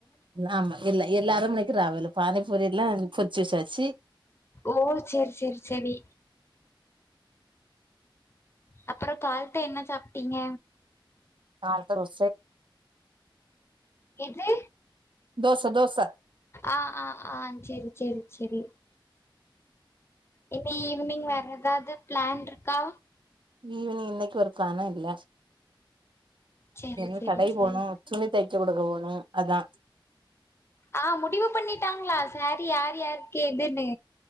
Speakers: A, on the right; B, on the left.
A: ஆமா இல்ல எல்லா அரமணிக்கூட ஆவாது பானிபூரி எல்லா பொற்ச்சு வெச்சாச்சு
B: ஓ சேர் சேர் சேரி அப்பறோ கால்த்த என்ன சாப்ட்டீங்க
A: கால்த்த ரோசை
B: எது
A: தோச தோச
B: ஆ ஆ ஆ செரி செரி செரி இந்த ஈவினிங் வேற எதாவ்து பிளான்ட்ருக்கா
A: ஈவினிங் இன்னைக்கு ஒரு பிளானு இல்ல
B: சேரி
A: இன்னு
B: சேரி
A: கடை
B: சேரி
A: போனு துணி தெச்ச குடுக்க போணு அதா
B: ஆ முடிவு பண்ணிட்டாங்ளா சேரீ யாரு யாருக் எதுன்னு